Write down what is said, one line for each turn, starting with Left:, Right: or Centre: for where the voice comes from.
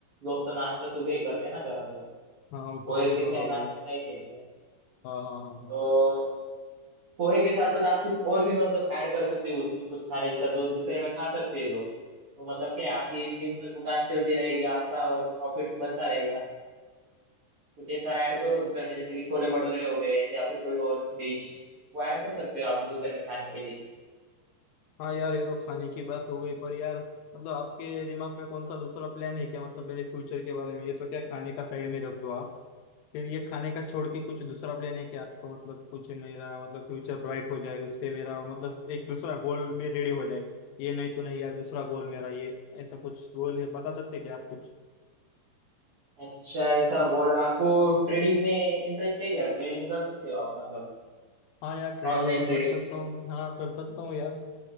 Right: लोग तो नाश्ता सुबह ही करते हैं ना ज्यादातर
Left: हाँ हाँ, वो
Right: वो
Left: तो सही
Right: एक किसे
Left: बोला
Right: नाश्ता
Left: भाई
Right: नहीं कहते तो
Left: हाँ हाँ हाँ हाँ
Right: तो पोहे के साथ साथ आप कुछ और भी मतलब ऐड कर सकते हो उसमें कुछ खाने जैसा जो दोपहर में खा सकते हैं लोग तो मतलब क्या है आपकी दिन भर दुकान चलती रहेगी आपका और प्रॉफिट बनता रहेगा कुछ ऐसा ऐड करो दोपहर में जैसे कि छोले भटूरे हो गए या फिर कोई और डिश वो ऐड कर सकते हो आप दोपहर में खाने के लिए
Left: हाँ यार ये तो खाने की बात हो गई पर यार मतलब आपके दिमाग में कौन सा दूसरा प्लान है क्या मतलब मेरे फ्यूचर के बारे में ये तो क्या खाने का साइड में रख दो आप फिर ये खाने का छोड़ के कुछ दूसरा प्लान है कि आपको मतलब कुछ मेरा मतलब फ्यूचर ब्राइट हो जाए उससे मेरा मतलब एक दूसरा गोल भी रेडी हो जाए ये नहीं तो नहीं यार दूसरा गोल मेरा ये ऐसा कुछ गोल है बता सकते हैं क्या आप कुछ
Right: अच्छा ऐसा बोला आपको ट्रेडिंग में इंटरेस्ट है क्या ट्रेडिंग कर सकते हो आप मतलब
Left: हाँ यार ट्रेडिंग
Right: ऑनलाइन
Left: तो
Right: ट्रेडिंग
Left: कर सकता हूँ मैं हाँ कर सकता हूँ यार